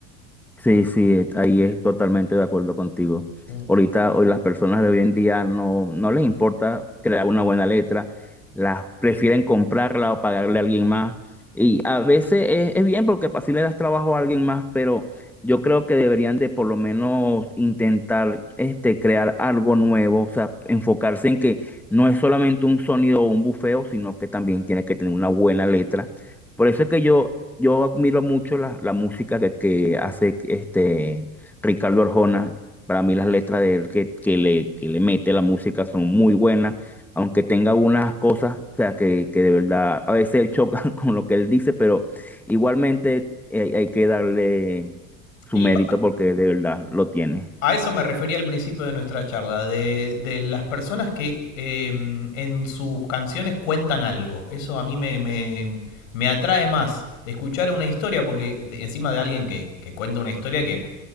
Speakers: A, in the centre; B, on the left.
A: Sí, sí, ahí es totalmente de acuerdo contigo.
B: Mm.
A: Ahorita, hoy las personas de hoy en día no, no les importa crear una buena letra, las prefieren comprarla o pagarle a alguien más. Y a veces es, es bien porque así le das trabajo a alguien más, pero yo creo que deberían de por lo menos intentar este, crear algo nuevo, o sea, enfocarse en que no es solamente un sonido o un bufeo, sino que también tiene que tener una buena letra por eso es que yo, yo admiro mucho la, la música que, que hace este Ricardo Arjona. Para mí las letras de él que, que le, que le mete la música son muy buenas, aunque tenga unas cosas, o sea, que, que de verdad a veces él choca <laughs> con lo que él dice, pero igualmente hay, hay que darle su
B: Y
A: mérito porque de verdad lo tiene.
B: A eso me refería al principio de nuestra charla, de, de las personas que eh, en sus canciones cuentan algo. Eso a mí me, me, me atrae más escuchar una historia, porque de- encima de alguien que, que cuenta una historia que